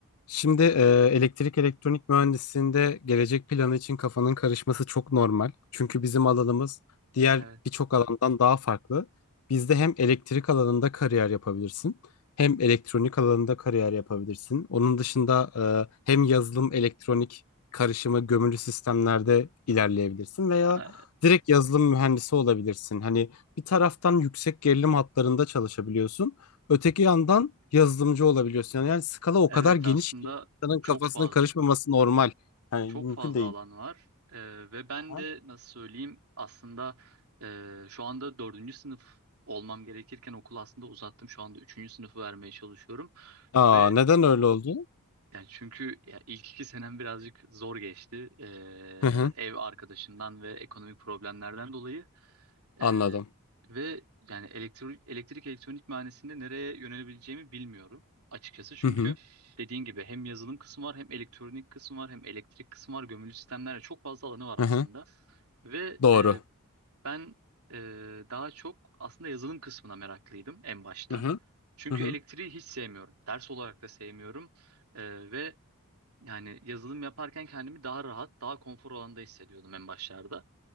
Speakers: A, on the left; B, on the right.
A: Şimdi e, elektrik elektronik mühendisliğinde gelecek planı için kafanın karışması çok normal. Çünkü bizim alanımız diğer
B: Evet.
A: birçok alandan daha farklı. Bizde hem elektrik alanında kariyer yapabilirsin, hem elektronik alanında kariyer yapabilirsin. Onun dışında e, hem yazılım elektronik karışımı gömülü sistemlerde ilerleyebilirsin veya
B: E,
A: direkt yazılım mühendisi olabilirsin. Hani bir taraftan yüksek gerilim hatlarında çalışabiliyorsun. Öteki yandan yazılımcı olabiliyorsun. Yani, yani skala o
B: Evet
A: kadar geniş
B: aslında
A: ki insanın
B: çok
A: kafasının
B: fazla
A: karışmaması normal. Yani
B: çok
A: mümkün
B: fazla
A: değil.
B: alan var E, ve ben
A: Aha.
B: de nasıl söyleyeyim aslında e, şu anda dördüncü sınıf olmam gerekirken okulu aslında uzattım şu anda üçüncü sınıfı vermeye çalışıyorum
A: Aa,
B: ve
A: neden öyle oldu?
B: yani çünkü ya ilk iki senem birazcık zor geçti E,
A: Hı hı,
B: ev arkadaşımdan ve ekonomik problemlerden dolayı. Ee,
A: anladım.
B: ve yani elektrik, elektrik elektronik mühendisliğinde nereye yönelebileceğimi bilmiyorum açıkçası. Çünkü
A: Hı hı,
B: dediğin gibi hem yazılım kısmı var hem elektronik kısmı var hem elektrik kısmı var. Gömülü sistemlerle çok fazla alanı var aslında.
A: hı hı,
B: Ve
A: doğru.
B: e, ben e, daha çok aslında yazılım kısmına meraklıydım en başta.
A: Hı hı,
B: Çünkü
A: hı hı.
B: elektriği hiç sevmiyorum. Ders olarak da sevmiyorum. E, ve yani yazılım yaparken kendimi daha rahat, daha konfor alanda hissediyordum en başlarda.